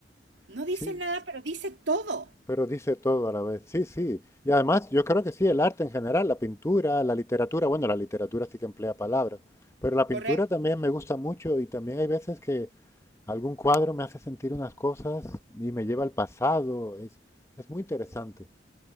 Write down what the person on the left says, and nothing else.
Sí,
Pero dice todo a la vez. Sí, sí. Y además, yo creo que sí, el arte en general, la pintura, la literatura, bueno, la literatura sí que emplea palabras, pero la pintura
también me gusta mucho y también hay veces que algún cuadro me hace sentir unas cosas y me lleva al pasado. Es, es muy interesante.